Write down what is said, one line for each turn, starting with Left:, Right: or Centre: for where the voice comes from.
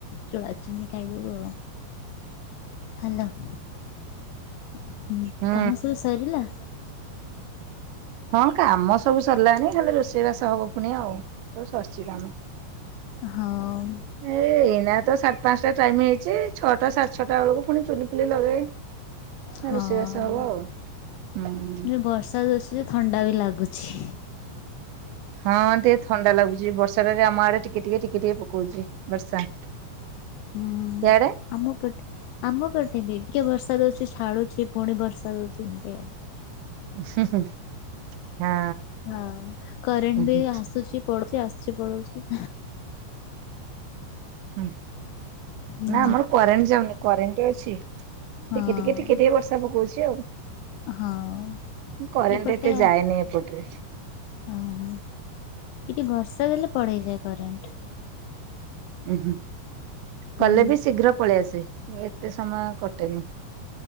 Left: ଚୁଡା ଚିନି ଖାଇବବୁ ଆଉ। ହ୍ୟାଲୋ ହୁଁ
Right: ହୁଁ
Left: କାମ ସବୁ ସରିଲା?
Right: ହଁ, କାମ ସବୁ ସରିଲାଣି। ଖାଲି ରୋଷେଇବାସ ହବପୁଣି ଆଉ। ସବୁ ସରିଛି କାମ।
Left: ହଁ
Right: ଏ ଏଇନା ତ ସା ପାଞ୍ଚଟା ଟାଇମ୍ ହେଇଛି। ଛଅଟା ସାଢ଼େ ଛଅଟା ବେଳକୁ ପୁଣି ଚୁଲି ଫୁଲି ଲଗେଇ
Left: ହଁ-ଅ,
Right: ରୋଷେଇବାସ ହବ ଆଉ। ହୁଁ
Left: ଯେ ବର୍ଷା <unintelligible> ଛି। ଥଣ୍ଡା ବି ଲାଗୁଛି।
Right: ହଁ, ଟିକେ ଥଣ୍ଡା ଲାଗୁଛି। ବର୍ଷା ଟା ଟିକେ ଆମ ଆଡେ ଟିକେ ଟିକେ ଟିକେ ଟିକେ ପକଉଛି। ବର୍ଷା
Left: ହୁଁ।
Right: ଇଆଡେ
Left: ଆମ ପଟେ, ଆମ ପଟେ ବି! ଟିକେ ବର୍ଷା ଦଉଛି। ଛାଡୁଛି, ପୁଣି ବର୍ଷା ଦଉଛି, ଏମିତି
Right: ହୁଁ, ହୁଁ। ହଁ
Left: ହଁ, କରେଣ୍ଟ
Right: ହୁଁ
Left: ବି ଆସୁଛି, ପଳଉଛି, ଆସୁଛି, ପଳଉଛି।
Right: ହୁଁ,
Left: ହଁ।
Right: ନା ଆମର କରେଣ୍ଟ ଯାଉନି। କରେଣ୍ଟ ଅଛି। ଟିକେ
Left: ହଁ
Right: ଟିକେ ଟିକେ ଟିକେ ବର୍ଷା ପକଉଛି ଆଉ। ଉଁ
Left: ହଁ
Right: କରେଣ୍ଟ
Left: ଏପଟେ
Right: ଏତେ ଯାଏନି ଏପଟରେ।
Left: ଓହୋ, ଟିକେ ବର୍ଷା ଦେଲେ, ପଡେଇଯାଏ କରେଣ୍ଟ।
Right: ଉ ହୁଁ,
Left: ହୁଁ
Right: ଗଲେ ବି ଶୀଘ୍ର ପଳେଇ ଆସେ। ଏତେ ସମୟ କଟେନି।